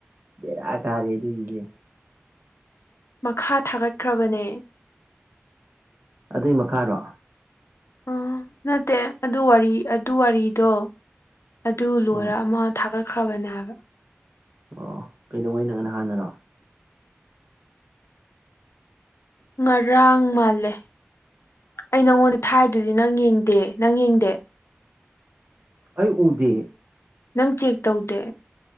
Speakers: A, on the right (about 55°); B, on the left (about 80°).
A: ꯕꯦꯔꯥ ꯀꯥꯔꯦ ꯑꯗꯨꯏꯗꯨꯗꯤ
B: ꯃꯈꯥ ꯊꯥꯒꯠꯈ꯭ꯔꯕꯅꯦ
A: ꯑꯗꯨꯏ ꯃꯈꯥꯔꯣ
B: ꯑ ꯅꯠꯇꯦ ꯑꯗꯨ ꯋꯥꯔꯤ ꯑꯗꯨ ꯋꯥꯔꯤꯗꯣ ꯑꯗꯨ ꯂꯣꯏꯔ
A: ꯑꯥ
B: ꯑꯃ ꯊꯥꯒꯠꯈ꯭ꯔꯕꯅꯦ ꯍꯥꯏꯕ
A: ꯑꯣ ꯀꯩꯗꯧꯉꯩ ꯅꯪꯅ ꯍꯥꯟꯅꯔꯣ
B: ꯉꯔꯥꯡ ꯃꯥꯜꯂꯦ ꯑꯩ ꯅꯪꯉꯣꯟꯗ ꯊꯥꯏꯗꯨꯗꯤ ꯅꯪ ꯌꯦꯡꯗꯦ ꯅꯪ ꯌꯦꯡꯗꯦ
A: ꯑꯩ ꯎꯗꯦ
B: ꯅꯪ ꯆꯦꯛ ꯇꯧꯗꯦ